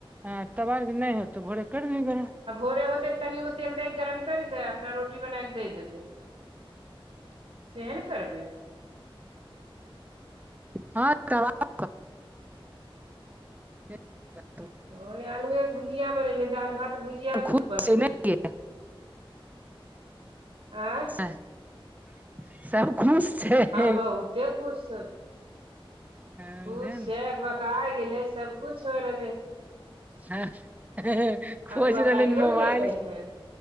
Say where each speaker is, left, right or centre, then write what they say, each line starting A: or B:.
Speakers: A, on the right; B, on the right.
A: ह तब अर्ग नै होतो भोरे कर देभी गरम।
B: आ भोरे होतै तऽ तनिगो तेल दए कऽ गरम करि कऽ अपना रोटी बना कऽ दए देबै। सेहन करबै।
A: हँ तबा <unintelligible>
B: ओ आलुए भुजिया बनेलियै दाइल भात भुजिया एक
A: खुश
B: दू पात
A: छै
B: बनेलियै।
A: नहि यै
B: आँ
A: <inaudible> सब खुश छै
B: हँ बहुते खुश सब छै
A: हँ
B: खुश
A: उहे ने
B: छै, अबकाय गेलै सभकिछ छोड़ एलै।
A: ह -ह-ह-ह खोज
B: अकबकाइयो
A: भेलै मोबाइल
B: ने गेलै हन